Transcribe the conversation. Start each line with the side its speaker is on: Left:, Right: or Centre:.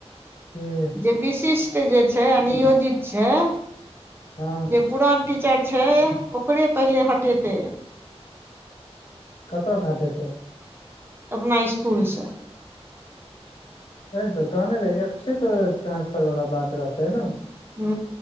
Left: हूँ।
Right: जे विशिष्ट जे छै नियोजित छै।
Left: हँ।
Right: जे पुरान टीचर छै ओकरे पहिले हटेतै
Left: कतयसँ हटेतै।
Right: अपना स्कुलस
Left: अ तऽ कहने रहे एक्षिक ट्रांसफर वला बात रहते ने
Right: हू